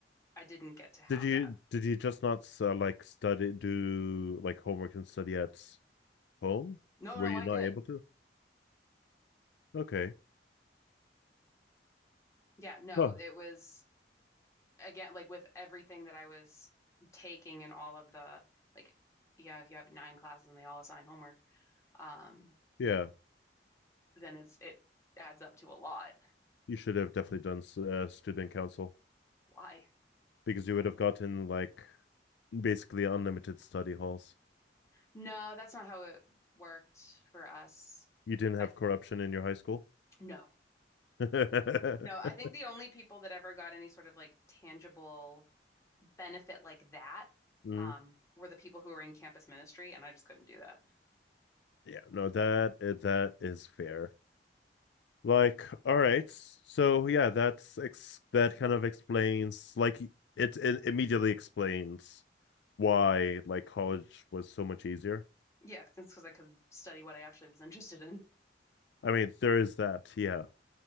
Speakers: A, on the left; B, on the left.
A: I didn't get to have
B: Did you
A: that.
B: did you just not uh, like study do like homework and study at home?
A: No,
B: Were
A: no,
B: you
A: I
B: not
A: did.
B: able to? Okay.
A: Yeah, no,
B: Huh.
A: it was again, like with everything that I was taking and all of the like, yeah, if you have nine classes and they all assign homework, um,
B: Yeah.
A: then it's it adds up to a lot.
B: You should have definitely done uh, student council
A: Why?
B: because you would have gotten like basically unlimited study halls.
A: No, that's not how it worked for us.
B: You didn't
A: I
B: have corruption in your high school?
A: no.
B: <laughs>
A: No, I think the only people that ever got any sort of like tangible benefit like that
B: Mm,
A: um, were the people who were in campus ministry, and I just couldn't do that.
B: yeah, no, that eh, that is fair. Like, all right, so yeah, that's ex that kind of explains like it it immediately explains why like college was so much easier.
A: Yeah, it's because I could study what I actually was interested in.
B: I mean, there is that, yeah.